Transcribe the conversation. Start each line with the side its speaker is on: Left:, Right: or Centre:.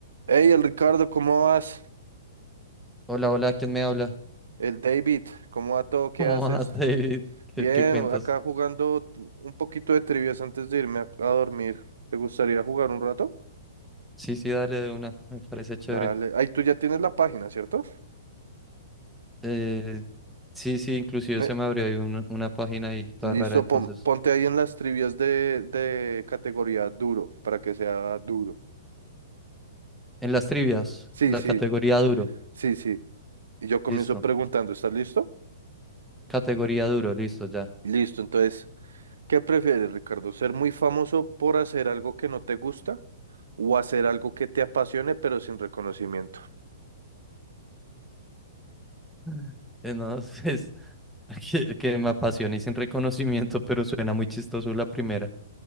Right: Hey, el Ricardo, ¿cómo vas?
Centre: Hola, hola, ¿quién me habla?
Right: El David, ¿cómo va todo?
Centre: <laughs>
Right: ¿Qué
Centre: ¿Cómo
Right: haces?
Centre: vas, David? ¿Qué,
Right: Bien,
Centre: qué cuentas?
Right: acá jugando un poquito de trivias antes de irme a, a dormir. ¿Te gustaría jugar un rato?
Centre: Sí, sí, dale de una, me parece chévere.
Right: Dale. Ahí tú ya tienes la página, ¿cierto?
Centre: Eh, sí, sí, inclusive
Right: Me-
Centre: se me abrió ahí un- una página ahí toda
Right: Listo,
Centre: rara, entonces.
Right: pon- ponte ahí en las trivias de, de categoría duro, para que sea duro.
Centre: En las trivias,
Right: Sí,
Centre: la
Right: sí,
Centre: categoría duro,
Right: sí, sí. Y yo comienzo
Centre: listo.
Right: preguntando, ¿estás listo?
Centre: Categoría duro, listo, ya.
Right: Listo, entonces, ¿qué prefieres, Ricardo? ¿Ser muy famoso por hacer algo que no te gusta? o hacer algo que te apasione pero sin reconocimiento.
Centre: <laughs> Eh, No, <laughs> es que, que me apasiona y sin reconocimiento, pero suena muy chistoso la primera.